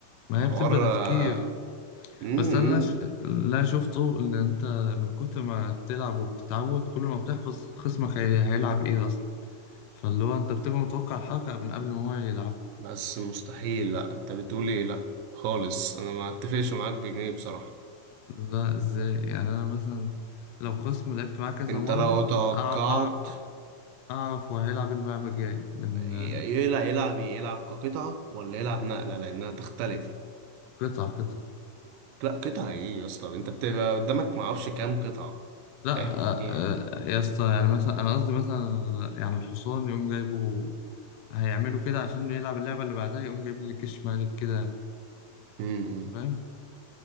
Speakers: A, on the left; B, on the right.
A: ما
B: حوار
A: هي بتبقى تفكير
B: آه، مم،
A: بس انا
B: مم.
A: ش... لا شفته ان انت من كتر ما بتلعب وبتتعود كل ما بتحفظ خصمك هي... هيلعب ايه اصلا فاللي هو انت بتبقى متوقع الحركة من قبل ما هو يلعب
B: بس مستحيل لا انت بتقول ايه لا خالص انا ما اتفقش معاك بجنيه بصراحة
A: ده ازاي يعني انا مثلا لو خصم لعبت معاه كذا
B: انت
A: مرة
B: لو توقعت
A: أع... أع... اعرف هو هيلعب إيه اللعبة الجاي من
B: ي-
A: آه،
B: يلعب يلعب ايه يلعب كقطعة ولا يلعب نقلة لانها تختلف
A: قطعة قطعة
B: لا قطعة ايه يا اسطى انت بتبقى قدامك معرفش كام قطعة
A: لا
B: فاهم
A: آه،
B: ايه
A: آه، يا اسطى يعني مثلا انا قصدي مثلا يعني الحصان يقوم جايبه هيعملوا كده عشان يلعب اللعبة اللي بعدها يقوم جايب لي كش مالك كده
B: مم، مم.
A: انت فاهم